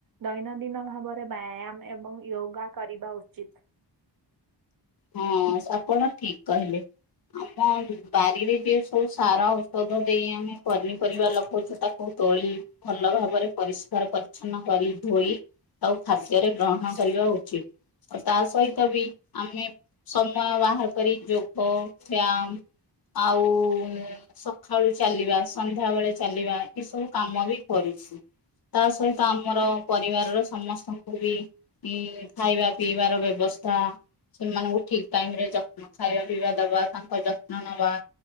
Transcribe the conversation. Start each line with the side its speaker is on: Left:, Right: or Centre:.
Right: ଦୈନନ୍ଦିନ ଭାବରେ ବ୍ୟାୟାମ ଏବଂ ୟୋଗା କରିବା ଉଚିତ।
Left: ହଁ ଆପଣ ଠିକ କହିଲେ ଆମ ବାରିରେ ଯି ସବୁ ସାର ଔଷଧ ଦେଇ ଆମେ ପନିପରିବା ଲଗଉଛୁ ତାକୁ ତୋଳି ଭଲ ଭାବରେ ପରିଷ୍କାର ପରିଚ୍ଛନ୍ନ କରି ଧୋଇ ଆଉ ଖାଦ୍ୟରେ ଗ୍ରହଣ କରିବା ଉଚିତ ଆଉ ତା ସହିତ ବି ଆମେ ସମୟ ବାହାର କରି ଯୋଗ ବ୍ୟାୟାମ ଆଉ ସକାଳୁ ଚାଲିବା ସନ୍ଧ୍ୟା ବେଳେ ଚାଲିବା ଏ ସବୁ କାମ ବି କରିଛି। ତା ସହିତ ଆମର ପରିବାରର ସମସ୍ତଙ୍କୁ ବି ଇ ଖାଇବା ପିଇବାର ବ୍ୟବସ୍ଥା ସେମାନଙ୍କୁ ଠିକ ଟାଇମ ରେ ଯତ୍ନ ଖାଇବା ପିଇବା ଦବା ତାଙ୍କର ଯତ୍ନ ନବା।